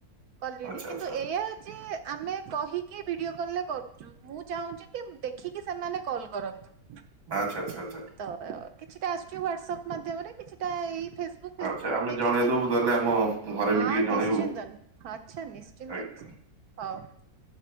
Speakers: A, on the right; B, on the right.
A: କଲିଣି
B: ଆଚ୍ଛା
A: କିନ୍ତୁ
B: ଆଚ୍ଛା
A: ଏୟା ଯେ ଆମେ କହିକି ଭିଡିଓ କଲ ରେ କରୁ ଛୁ ମୁଁ ଚାହୁଁଛି କି ଦେଖିକି ସେମାନେ କଲ୍ କରନ୍ତୁ। ତ
B: ଆଚ୍ଛା ଆଚ୍ଛା ଆଚ୍ଛା।
A: କିଛିଟା ଆସୁଛି ହ୍ୱାଟ୍ସଆପ ମାଧ୍ୟମରେ କିଛିଟା ଏଇ ଫେସବୁ ଫେସବୁକ୍
B: ଆଚ୍ଛା ଆମେ
A: ଦେଖିକ
B: ଜଣେଇଦବୁ ତାହେଲେ ଆମ ଘରେ ବି
A: ହଁ
B: ଟିକେ ଜଣେଇବୁ
A: ନିଶ୍ଚିନ୍ତନ ଆଚ୍ଛା ନିଶ୍ଚିନ୍ତ
B: ଆଜ୍ଞା
A: ନିଶ୍ଚିନ୍ତ ହଉ।